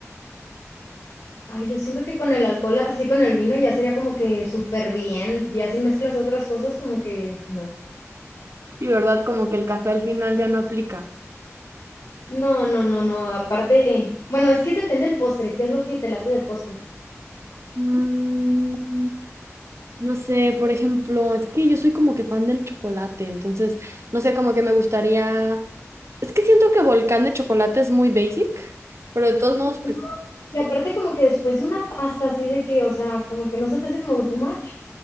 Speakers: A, on the left; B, on the right.
A: Ay, yo siento que con el alcohol, así con el vino, ya sería como que súper bien, ya si mezclas otras cosas, como que no.
B: Sí, ¿verdad? Como que el café al final ya no aplica.
A: No, no, no, no, aparte, bueno, es que es depende del postre, qué es lo que te late de postre.
B: Mm, no sé, por ejemplo, es que yo soy como que fan del chocolate, entonces, no sé, como que me gustaría... Es que siento que volcán de chocolate es muy basic, pero de todos modos,
A: No,
B: pues,
A: y aparte como que después de una pasta así de que, o sea, como que no se te hace como too much,